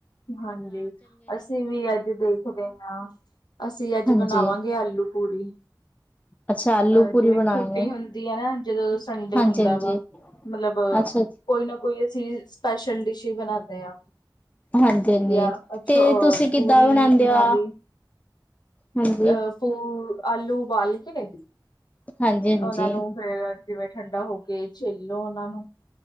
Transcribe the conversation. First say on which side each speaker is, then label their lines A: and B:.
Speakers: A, on the left; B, on the left.
A: ਹਾਂਜੀ, ਅਸੀਂ ਵੀ ਅੱਜ ਦੇਖਦੇ ਆ ਅਸੀਂ ਅੱਜ
B: ਹਾਂਜੀ
A: ਬਣਾਵਾਂਗੇ ਆਲੂ। ਪੂਰੀ।
B: ਅੱਛਾ ਆਲੂ
A: ਅ
B: ਪੂਰੀ
A: ਜਿਵੇਂ
B: ਬਣਾਏਗੇ
A: ਛੁੱਟੀ ਹੁੰਦੀ ਆ ਨਾ ਜਦੋਂ ਸੰਡੇ
B: ਹਾਂਜੀ
A: ਹੁੰਦਾ
B: ਹਾਂਜੀ
A: ਵਾ ਮਤਲਬ
B: ਅੱਛਾ
A: ਕੋਈ ਨਾ ਕੋਈ ਅਸੀਂ ਸਪੈਸ਼ਲ ਡਿਸ਼ ਈ ਬਣਾਨੇ ਆ।
B: ਹਾਂਜੀ ਹਾਂਜੀ
A: ਯਾ ਅੱਛ
B: ਤੇ
A: ਅ
B: ਤੁਸੀਂ ਕਿੱਦਾਂ
A: ਪੂਰੀ
B: ਬਣਾਉਂਦੇ
A: ਬਣਾਲੀ
B: ਹੋ ਹਾਂਜੀ
A: ਅ <unintelligible> ਆਲੂ ਉਬਾਲ ਕੇ
B: ਹਾਂਜੀ ਹਾਂਜੀ
A: ਉਨਾਂ ਨੂੰ ਫੇਰ ਜਿਵੇਂ ਠੰਡਾ ਹੋ ਕੇ ਛਿੱਲ ਲੋ ਉਨਾਂ ਨੂੰ